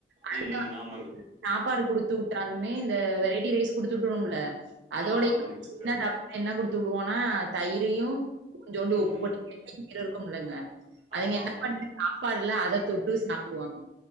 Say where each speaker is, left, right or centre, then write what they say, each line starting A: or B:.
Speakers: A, on the right; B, on the right.
A: அ
B: ம்
A: <inaudible>
B: ம் ஆமாங்க
A: சாப்பாடு குடுத்து குடுத்து விட்டாலுமே இந்த வெரைட்டி ரைஸ் குடுத்துவிட்டுருவோம்ல அதோட
B: ஆமா ஆமாங்க சிஸ்டர்
A: சின்ன டப்பால என்ன குடுத்து குடுத்துவிடுவோனா தயிரையு கொஞ்சோண்டு
B: ம்
A: உப்பு
B: ம்
A: போட்டு <inaudible> இருக்குமில்லங்க அதுங்க
B: ஆமா
A: என்ன
B: ஆமாங்க
A: பண்ணுது சாப்பாடுல அத தொட்டு சாப்டுவாங்க